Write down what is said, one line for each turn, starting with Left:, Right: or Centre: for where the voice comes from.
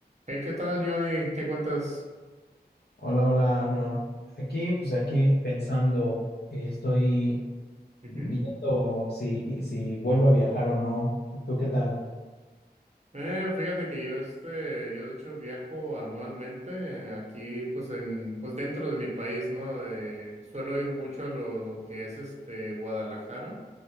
Right: Hey, ¿qué tal, Johnny? ¿Qué cuentas?
Left: Hola, hola Arnold. Aquí, pues aquí pensando, eh, estoy
Right: Ujú.
Left: viendo si, si vuelvo a viajar o no. ¿Y tú qué tal?
Right: Eh, fíjate que yo este, yo de hecho viajo anualmente eh, aquí, pues en, pues dentro de mi país, ¿no? Eh, suelo ir mucho a lo, lo que es este Guadalajara.